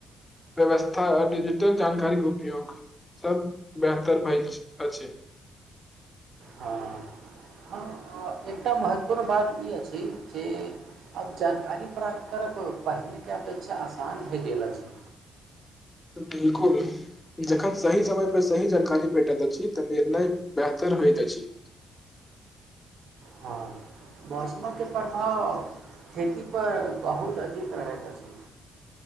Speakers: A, on the left (about 15°); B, on the right (about 65°).
A: व्यवस्था आ डिजिटल जानकारी के उपयोग सब बेहतर भेल छै अच्छा
B: हँ हँ एकटा महत्वपूर्ण बात ई अछि जे आब जानकारी प्राप्त करब पहिनेके अपेक्षा आसान भए गेल अछि
A: बिलकुल जखन सही समयपर सही जानकारी भेटैत अछि तऽ निर्णय बेहतर होइत अछि
B: हँ मौसमके प्रभाव खेतीपर बहुत अधिक रहैत अछि